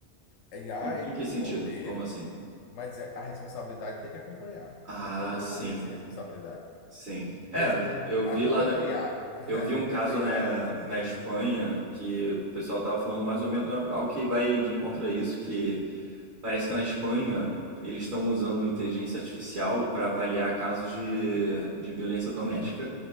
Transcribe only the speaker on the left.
A IA
é
poder
mas é- a responsabilidade tem que acompanhar.
Não pode ter
poder sem responsabilidade.
E as pessoas,
a
culpa
é da
IA. A <laughs>
A
culpa
é da IA,
vai vir assim,
né?